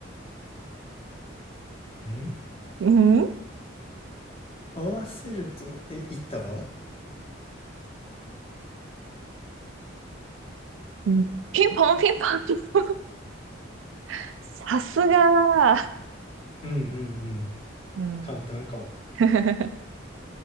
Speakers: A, on the left (about 30°); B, on the right (about 80°).
A: ん
B: う。うん
A: 合わせると、え、いった束
B: うんピンポンピンポン。<laughs> さすが
A: うんうんうん。
B: ーうん。
A: 簡単かも。
B: <laughs>